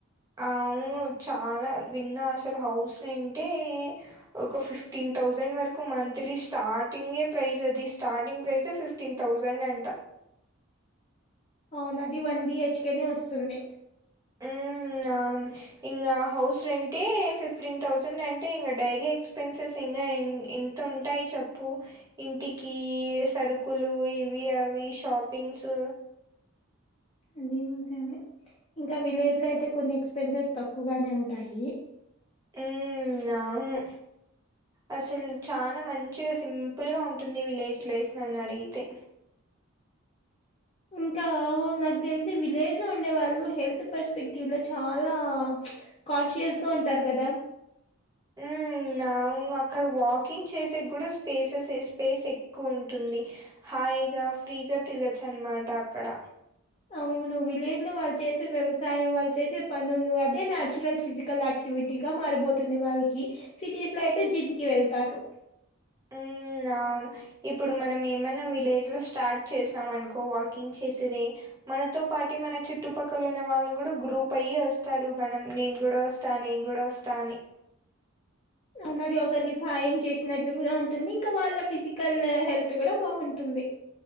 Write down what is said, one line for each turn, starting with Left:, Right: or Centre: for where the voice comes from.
Right: అవును చాలా విన్నా అసలు హౌస్ రెంటే ఒక ఫిఫ్టీన్ థౌజండ్ వరకు మంత్లీ స్టార్టింగే ప్రైస్ అది స్టార్టింగ్ ప్రైజే ఫిఫ్ట్ తిన్ థౌసండ్ అంటా
Left: అవున అది వన్ బిహెచ్కేనే ఒస్తుంది
Right: మ్ ఆవున్ ఇంగా హౌస్ రెంటే ఫిఫ్టీన్ థౌసండ్ అంటే ఇంగ డైలీ ఎక్స్పెన్సెస్ ఇంగా ఎన్ ఇ ఉంటాయ్ చెప్పు ఇంటికీ సరుకులు ఇవి అవి షాపింగ్స్
Left: ఇదీ నిజమే ఇంకా విలేజ్ లో అయితే కొన్ని ఎక్స్పెన్సెస్ తక్కువగానే ఉంటాయీ
Right: మ్ అవును అసల్ చాన మంచిగ సింపుల్ గ ఉంటుంది విలేజ్ లైఫ్ నన్ అడిగితే
Left: ఇంకా నాకు తెలిసి విలేజ్ లో ఉండే వాళ్ళు హెల్త్ పర్స్పెక్టివ్ లో చాలా కాన్షియస్ గా ఉంటారు కదా
Right: ఉ ఉనా అక్కడ వాకింగ్ చేసేకి కూడా స్పేసెస్ స్పేస్ ఎక్కువ ఉంటుంది హాయిగా ఫ్రీగా తిరగొచ్చు అనమాట అక్కడ
Left: అవునువు విలేజ్ లో వాళ్ళు చేసే వ్యవసాయం వాళ్ళు చేసే పనులు అదే నేచురల్ ఫిజికల్ యాక్ క్టివిటీగా మారిపోతుంది వాళ్ళకి సిటీస్ లో అయితే జిమ్ కి వెళ్తారు
Right: ఉ అవును ఇప్పుడు మనం ఏమైనా విలేజ్ లో స్టార్ట్ చేసినాం అనుకో వాకింగ్ చేసేది మనతో పాటు మన చుట్టుపక్కల ఉన్న వాళ్ళు కూడా గ్రూప్ అయి వస్తారు మనం నేను కూడా వస్ తానే నేను కూడా వస్తా అని
Left: అన్నది ఒకరికి సాయం చేసినట్లు కూడా ఉంటుంది ఇంకా వాళ్ళ ఫిజికల్ హెల్త్ కూడా బాగుంటుంది